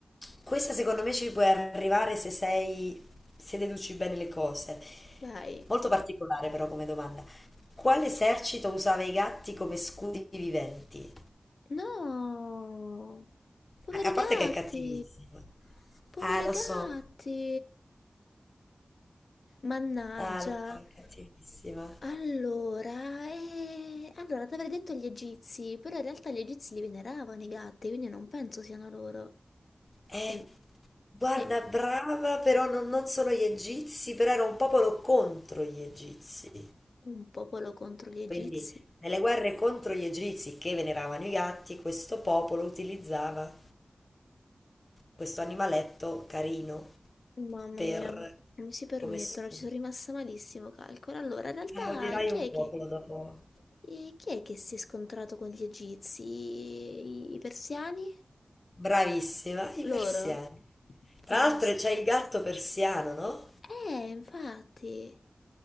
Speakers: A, on the left (about 35°); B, on the left (about 70°).
A: questa secondo me ci puoi arrivare se sei, se deduci bene le cose.
B: Vai.
A: Molto particolare però come domanda. Quale esercito usava i gatti come scudi viventi?
B: No, poveri
A: A a parte
B: gatti,
A: che è cattivissima.
B: poveri
A: Ah, lo so,
B: gatti. Mannaggia.
A: ah, lo so, è cattivissima.
B: Allora, eh, allora ti avrei detto gli egizi, però in realtà gli egizi li veneravano i gatti, quindi non penso siano loro.
A: Eh,
B: E,
A: guarda,
B: e
A: brava, però non, non sono gli egizi, però era un popolo contro gli egizi.
B: un popolo contro gli egizi.
A: Quindi, nelle guerre contro gli egizi che veneravano i gatti, questo popolo utilizzava questo animaletto carino
B: Mamma
A: per
B: mia, come si permettono?
A: come scudo.
B: Ci sono rimasta malissimo, calcolo. Allora, in realtà,
A: Eh, odierai
B: chi
A: un
B: è
A: popolo
B: che...
A: dopo.
B: E chi è che si è scontrato con gli egizi? I i persiani?
A: Bravissima, i
B: Loro?
A: persiani.
B: Pensa.
A: Tra l'altro c'è il gatto persiano, no?
B: Eh, infatti.